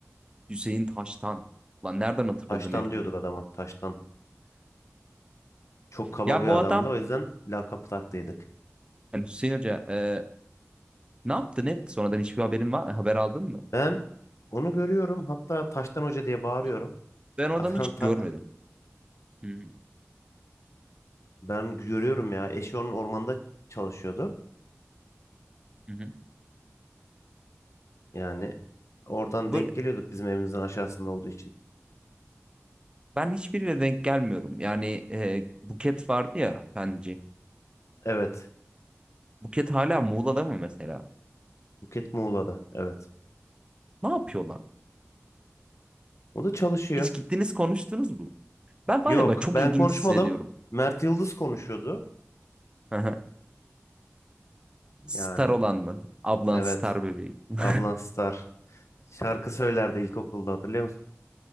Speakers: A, on the right; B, on the left.
A: Hüseyin Taştan. Lan nereden hatırladın
B: Taştan
A: herifin
B: diyorduk
A: adını?
B: adama. Taştan. Çok kaba
A: Ya
B: bir
A: bu
B: adamdı.
A: adam
B: O yüzden lakap taktıydık.
A: yani Hüseyin Hoca e, ne yaptı net? Sonradan hiçbir haberin var, haber aldın mı?
B: Ben onu görüyorum. Hatta Taştan Hoca diye bağırıyorum.
A: Hiç,
B: <laughs>
A: ben o adamı
B: Adam
A: hiç
B: ta-
A: görmedim. Hı hı.
B: ben görüyorum ya. Eşi onun ormanda çalışıyordu.
A: Hı hı.
B: Yani oradan
A: Böyle
B: denk geliyorduk bizim evimizin aşağısında olduğu için.
A: Ben hiçbiriyle denk gelmiyorum. Yani e, Buket vardı ya Fenci.
B: Evet.
A: Buket hala Muğla'da mı mesela?
B: Buket Muğla'da. Evet.
A: Ne yapıyorlar?
B: O da çalışıyor.
A: Hiç gittiniz konuştunuz mu? Ben var
B: Yok,
A: ya ben çok
B: ben
A: ilginç
B: konuşmadım.
A: hissediyorum.
B: Mert Yıldız konuşuyordu.
A: <laughs> Star
B: Yani
A: olan mı? Ablan
B: evet.
A: star bebeği. <laughs>
B: Ablan Star. Şarkı söylerdi ilkokulda hatırlıyor musun?